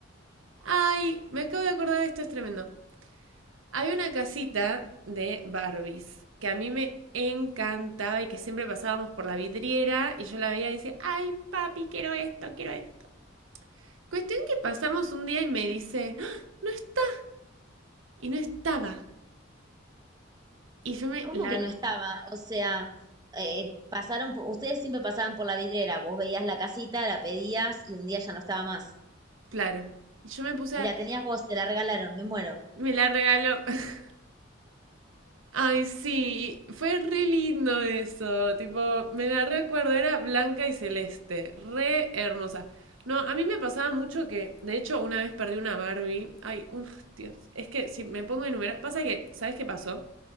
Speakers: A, on the right; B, on the right.
A: Ay, me acabo de acordar de esto, es tremendo. Había una casita de Barbies que a mí me encantaba y que siempre pasábamos por la vidriera y yo la veía y decía, ay, papi, quiero esto, quiero esto. Cuestión que pasamos un día y me dice, "Ah, no está. Y no estaba. Y yo me...
B: ¿Cómo
A: La,
B: que no estaba? O sea, eh, pasaron, po- ustedes siempre pasaban por la vidriera, vos veías la casita, la pedías y un día ya no estaba más.
A: claro. Y yo me puse
B: Y
A: a
B: la tenías vos, te la regalaron, me muero.
A: Me la regaló. <laughs> Ay, sí, fue re lindo eso. Tipo, me la recuerdo, era blanca y celeste, re hermosa. No, a mí me pasaba mucho que, de hecho, una vez perdí una Barbie. Ay, un, Dios, es que si me pongo a enumerar, pasa que, ¿sabes qué pasó?